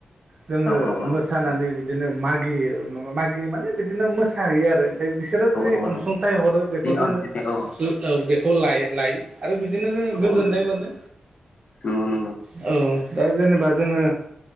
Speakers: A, on the right; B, on the left.
A: जोङो
B: औ औ
A: मोसानानै बिदिनो मागियो मा मा मागियो माने बिदिनो मोसाहैयोआरो। बिसोरो जि
B: औ
A: अनसुंथाइ
B: नंगौ
A: हरो बेखौ
B: जि
A: जोङो
B: अनसुलि औ
A: लो ओ औ बेखौ लाय लायो आरो बिदिनो जोङो गोजोननाय
B: औ नंगौ
A: मोनो
B: नंगौ नंगौ
A: औ। दा जेनेबा जोङो